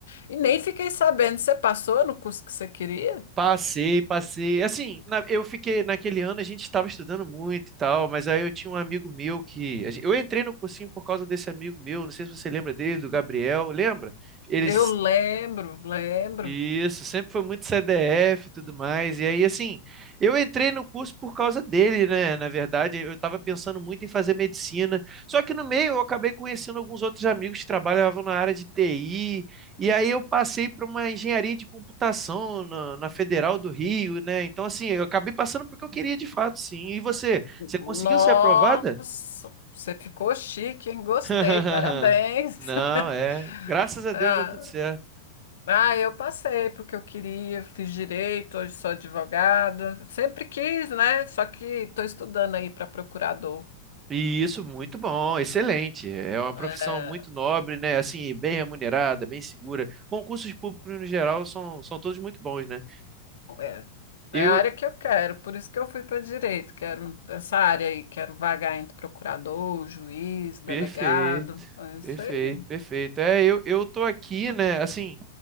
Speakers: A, on the left (about 75°); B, on the right (about 30°).
A: E nem fiquei sabendo, você passou no curso que você queria?
B: passei, passei. Assim, na- eu fiquei naquele ano a gente estava estudando muito e tal, mas aí eu tinha um amigo meu que a gen- eu entrei no cursinho por causa desse amigo meu, não sei se você lembra dele, do Gabriel, lembra? Ele
A: Eu lembro, lembro.
B: Isso, sempre foi muito CDF e tudo mais. E aí, assim, eu entrei no curso por causa dele, né? Na verdade, eu estava pensando muito em fazer medicina. Só que no meio eu acabei conhecendo alguns outros amigos que trabalhavam na área de TI. E aí eu passei para uma engenharia de computação na, na Federal do Rio, né? Então, assim, eu acabei passando porque eu queria de fato, sim. E você? Você conseguiu
A: Nossa,
B: ser aprovada?
A: você ficou chique, hein? Gostei,
B: <laughs>
A: parabéns.
B: Não,
A: <laughs>
B: é. Graças a Deus
A: Ah.
B: deu tudo certo.
A: Ah, eu passei porque eu queria, fiz direito, hoje sou advogada. Sempre quis, né? Só que estou estudando aí para procurador.
B: e Isso, muito bom, excelente. É uma
A: É,
B: profissão muito nobre, né? Assim, bem remunerada, bem segura. Concursos públicos no geral são, são todos muito bons, né?
A: é, é
B: Eu,
A: a área que eu quero, por isso que eu fui para direito. Quero essa área aí, quero vagar entre procurador, juiz, delegado.
B: perfeito,
A: É isso
B: perfeito,
A: aí.
B: perfeito. É, eu, eu tô aqui, né? Assim,